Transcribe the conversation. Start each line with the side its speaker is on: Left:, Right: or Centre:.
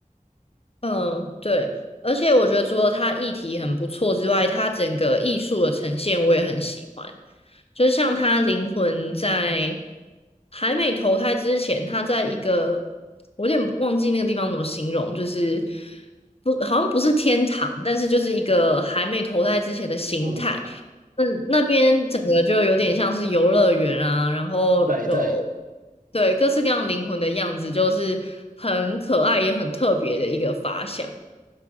Left: 嗯，对，而且我觉得除了它议题很不错之外，它整个艺术的呈现我也很喜欢。就是像他灵魂在还没投胎之前，他在一个我有点忘记那个地方怎么形容，就是不好像不是天堂，但是就是一个还没投胎之前的形态。
Right: 嗯
Left: 嗯，那边整个就有点像是游乐园啊，然后有
Right: 对对。
Left: 对各式各样灵魂的样子，就是很可爱也很特别的一个发想。